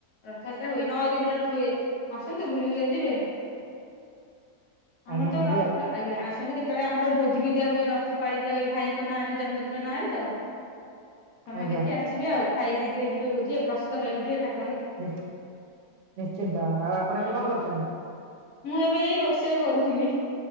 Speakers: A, on the left; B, on the right.
A: ର ଥଯାତ୍ରା ହୁଏ। ନଅ ଦିନ ରଥ ହୁଏ। ଆସନ୍ତୁ ବୁଲିକିନା ଯିବେ। ଠା ଆମର
B: ଆଜ୍ଞା
A: ତ
B: ଯିବି
A: ରଥ
B: ଆଉ
A: ଆଜ୍ଞା ଆସନ୍ତୁ କେତ କେତେବେଳେ ଆମର ଭୋଜି ବି ଦିଆ ହୁଏ ରଥ ପାଳି ଦିଆ ହୁଏ ଭାଇଙ୍କ ନାଁରେ ଜନ୍ମଦିନ ନାଁରେ ତ। ସମୟ
B: ଆଜ୍ଞା
A: ଦେଖି ଆସିବେ ଆଉ ଖାଇକି ଟିକେ ଯିବେ ଭୋଜି ପ୍ରସିଦ୍ଧ ପାଇକି ଯିବେ ଠାକୁର
B: ନିଶ୍ଚିନ୍ତ ନିଶ୍ଚିନ୍ତ ଆଉ ଆପଣ
A: ହୁଁ
B: ଏବେ କଣ
A: ହୁଁ
B: କରୁଚନ୍ତି?
A: ମୁଁ ଏବେ ଏଇ ରୋଷେଇ କରୁଥିଲି,